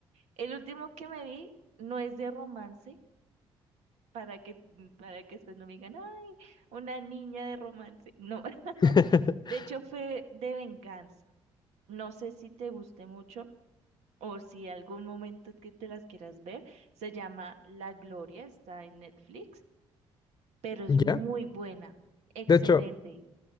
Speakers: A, on the right; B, on the left.
A: El último que me vi no es de romance, para que, mm, para que después no me digan, ay, una niña de romance. No, <laughs>
B: <laughs>
A: de hecho fue de venganza. No sé si te guste mucho o si algún momento que te las quieras ver, se llama La Gloria, está en Netflix, pero es
B: Ya.
A: muy buena, excelente,
B: De hecho,